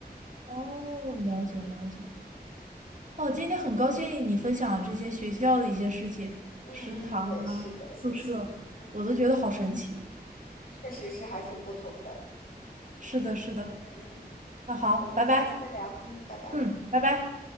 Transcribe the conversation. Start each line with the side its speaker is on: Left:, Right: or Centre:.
Right: 哦，了解了解。
Left: 嗯
Right: 哦，今天很高兴你分享这些学校的一些事情，
Left: 嗯嗯，
Right: 食堂啊，
Left: 对，是的，谢谢。
Right: 宿舍，
Left: 嗯，
Right: 我都觉得好神奇。
Left: 确实是还挺不同的。
Right: 是的，是的。
Left: 嗯嗯，
Right: 那好，
Left: 我们下次再聊。
Right: 拜拜。
Left: 嗯，拜拜。
Right: 嗯，拜拜。